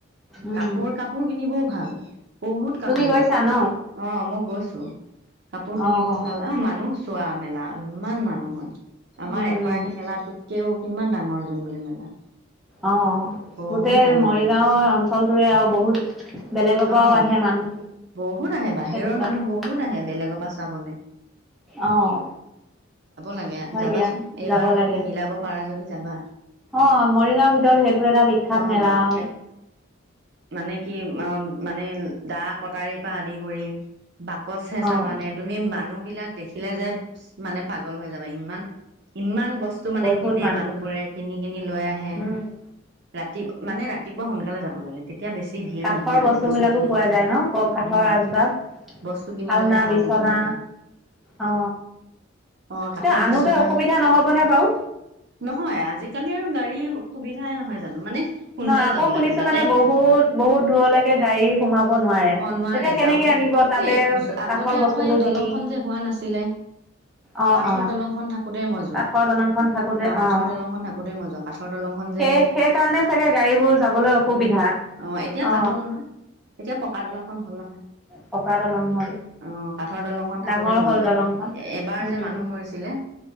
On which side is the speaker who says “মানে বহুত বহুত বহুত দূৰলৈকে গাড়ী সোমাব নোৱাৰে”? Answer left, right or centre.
Centre